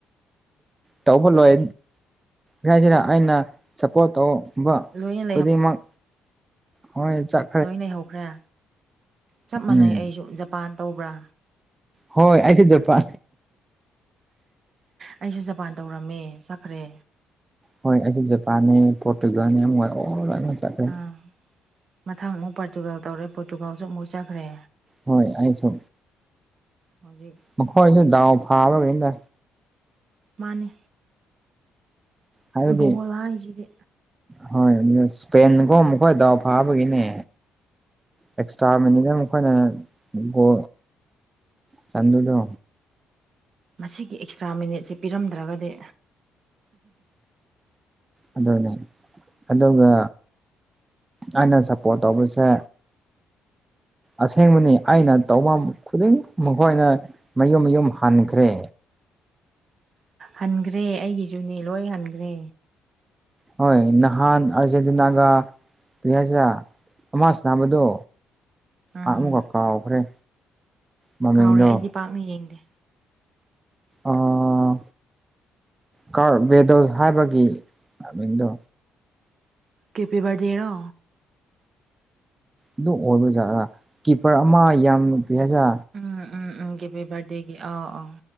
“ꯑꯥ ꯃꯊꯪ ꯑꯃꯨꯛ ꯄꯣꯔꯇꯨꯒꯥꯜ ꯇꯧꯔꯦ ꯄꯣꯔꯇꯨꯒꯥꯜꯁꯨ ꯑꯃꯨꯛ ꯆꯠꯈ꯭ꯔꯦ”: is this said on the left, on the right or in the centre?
Right